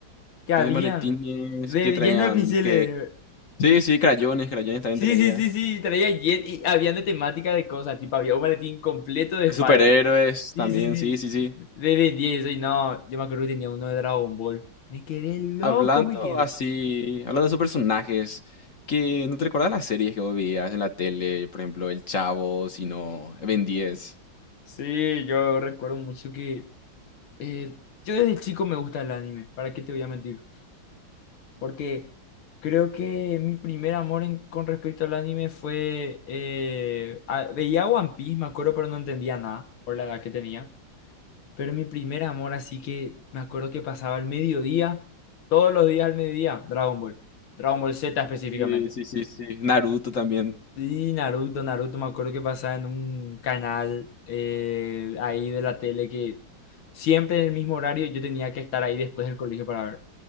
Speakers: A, on the left; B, on the left.
A: que habían.
B: Medio maletines
A: De,
B: que traían,
A: lleno de pinceles.
B: que... Sí, sí, crayones, crayones también
A: Sí,
B: traía.
A: sí, sí, sí. Traía Jet y habían de temática de cosas. Tipo, había un maletín completo de Spider-Man.
B: Superhéroes
A: Sí,
B: también,
A: sí, sí.
B: sí, sí, sí.
A: De Ben diez, Y no, yo me acuerdo que tenía uno de Dragon Ball. Me quedé loco,
B: Hablando
A: me quedé.
B: así, hablando de esos personajes, que no te recuerdas las series que vos veías en la tele, por ejemplo, El Chavo, sino Ben 10.
A: Sí, yo recuerdo mucho que. eh, yo desde chico me gusta el anime. ¿Para qué te voy a mentir? Porque creo que mi primer amor en- con respecto al anime fue. eh, a- veía One Piece, me acuerdo, pero no entendía nada por la edad que tenía. Pero mi primer amor, así que me acuerdo que pasaba al mediodía, todos los días al mediodía, Dragon Ball, Dragon Ball Z específicamente.
B: Sí, sí, sí, sí. Naruto también.
A: Y Naruto, Naruto, me acuerdo que pasaba en un canal eh, ahí de la tele que siempre en el mismo horario yo tenía que estar ahí después del colegio para ver.